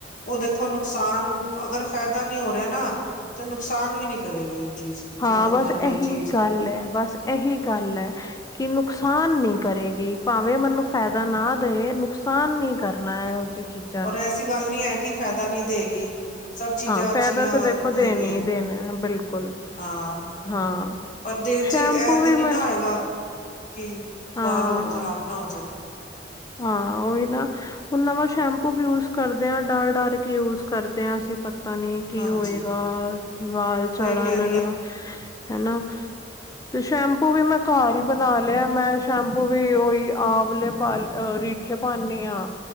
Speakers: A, on the left; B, on the left.
A: ਉਹ ਦੇਖੋ ਨੁਕਸਾਨ, ਅਗਰ ਫਾਇਦਾ ਨੀ ਹੋ ਰਿਹਾ ਨਾ, ਤੇ ਨੁਕਸਾਨ ਵੀ ਨੀ ਕਰੇਗੀ ਉਹ ਚੀਜ਼।
B: ਹਾਂ
A: ਜੋ
B: ਬਸ
A: ਹਰਬਲ
B: ਐਹੀ
A: ਚੀਜ਼
B: ਗੱਲ ਐ, ਬਸ ਐਹੀ ਗੱਲ ਐ। ਕਿ ਨੁਕਸਾਨ ਨੀ ਕਰੇਗੀ, ਭਾਵੇਂ ਮਨੂੰ ਫਾਇਦਾ ਨਾ ਦੲਏ ਨੁਕਸਾਨ ਨੀ ਕਰਦੀ। ''ਮੈਂ ਇਹੋ ਜਿਹੀ ਚੀਜ
A: ਔਰ ਐਸੀ ਗੱਲ ਨਹੀਂ ਐ ਕਿ ਫਾਇਦਾ ਨਹੀਂ ਦੇਗੀ। ਸਭ ਚੀਜ਼ਾਂ
B: ਹਾਂ
A: ਅੱਛੀਆਂ
B: ਫਾਇਦਾ ਤਾਂ ਦੇਖੋ ਦੇਣਾ
A: ਹੈਗੀਆਂ,
B: ਹੀ ਦੇਣਾ ਬਿਲਕੁਲ
A: ਹਾਂ।
B: ਹਾਂ
A: ਪਰ ਦਿਲ ਚ
B: ਸ਼ੈਂਪੂ
A: ਐਤੇ
B: ਵੀ
A: ਨੀ
B: ਮੈਂ
A: ਨਾ ਆਏਗਾ ਕੀ,
B: ਹਾਂ
A: ਵਾਲ ਹੋਰ ਖਰਾਬ ਨਾ ਹੋ ਜਾਣ।
B: ਹਾਂ, ਉਹੀ ਨਾ। ਹੁਣ ਨਵਾਂ ਸ਼ੈਂਪੂ ਵੀ ਯੂਜ ਕਰਦੇ ਆਂ, ਡਰ-ਡਰ ਕੇ ਯੂਜ ਕਰਦੇ ਹਾਂ ਅਸੀਂ ਪਤਾ ਨੀ ਕੀ
A: ਹਾਂਜੀ
B: ਹੋਏਗਾ, ਵਾਲ
A: ਉਹੀ
B: ਚੜਨ
A: ਕਹਿ ਰਹੀ
B: ਨਾ
A: ਹਾਂ
B: ਹੈਨਾ, ਤੇ ਸ਼ੈਂਪੂ ਵੀ ਮੈਂ ਘਰ ਹੀ ਬਣਾ ਲਿਆ ''ਮੈਂ ਸ਼ੈਂਪੂ ਵੀ ਉਈ, ਆਵਲੇ ਪਾ ਅ ਰੀਠੇ ਪਾਂਨੀ ਆਂ।